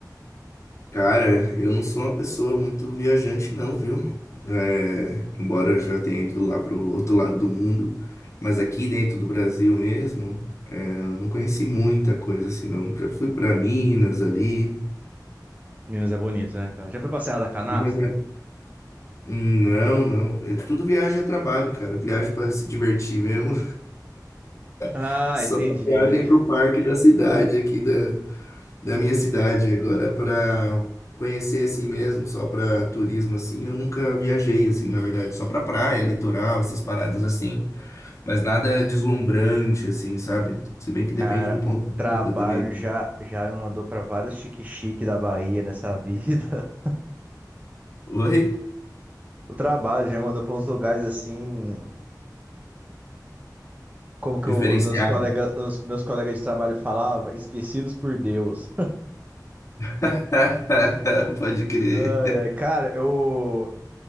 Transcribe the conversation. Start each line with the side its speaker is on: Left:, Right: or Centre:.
Left: Cara, eu não sou uma pessoa muito viajante, não, viu? É, embora eu já tenha ido lá pro outro lado do mundo, mas aqui dentro do Brasil mesmo, é, eu não conheci muita coisa assim, não. Já fui pra Minas ali.
Right: Minas é bonito, né, cara? Já foi pra Serra da Canastra?
Left: Minas é- Não, não. É tudo viagem é trabalho, cara. Viagem para se divertir mesmo.
Right: Ah,
Left: <laughs> Só
Right: entendi.
Left: uma viagem pro parque da cidade aqui da, da minha cidade agora para conhecer assim mesmo, só para turismo assim. Eu nunca viajei assim, na verdade, só para praia, litoral, essas paradas assim, mas nada deslumbrante assim, sabe? Se bem que
Right: Cara,
Left: depende do ponto
Right: o trabalho
Left: de vista também.
Right: já, já me mandou pra vários chique-chique da Bahia nessa vida. <laughs>
Left: Oi?
Right: O trabalho já me mandou pra uns lugares assim, como que
Left: Diferenciado.
Right: os meus colegas, os meus colegas de trabalho falavam, esquecidos por Deus.
Left: <laughs> Pode crer.
Right: Ai, ai, cara, eu,